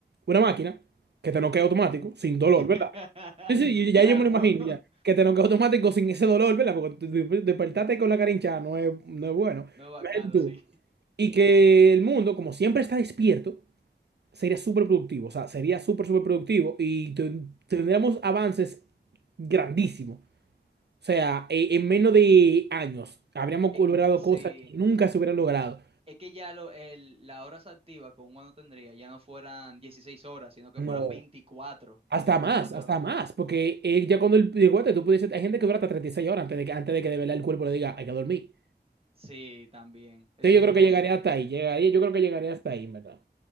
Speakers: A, on the right; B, on the right.
A: una máquina que te noquea automático, sin dolor,
B: <laughs>
A: ¿verdad? Sí, sí, yo- ya
B: Claro,
A: yo me lo imagino,
B: <laughs>
A: ya. Que te noquea automático sin ese dolor, ¿verdad? Porque tú- tú- despertarte con la cara hinchada no es, no es bueno.
B: no es bacano,
A: Imagínate tú.
B: sí.
A: Y que el mundo, como siempre está despierto, sería súper productivo. O sea, sería súper, súper productivo y ten- tendríamos avances grandísimos. O sea, e- en menos de años habríamos
B: <laughs> Es
A: logrado
B: que- sí,
A: cosas que nunca se hubieran logrado.
B: es que ya lo, el, las horas activas que uno no tendría ya no fueran 16 horas, sino que
A: No,
B: fueran 24
A: hasta
B: 24
A: más, hasta más. Porque eh, ya cuando el el guate, tú pudieses, hay gente que dura hasta 36 horas antes de que, antes de que de verdad el cuerpo le diga, hay que dormir.
B: Sí, también, es
A: Entonces
B: otra
A: yo creo que
B: cosa.
A: llegaría hasta ahí. Llegaría, yo creo que llegaría hasta ahí, en ¿verdad?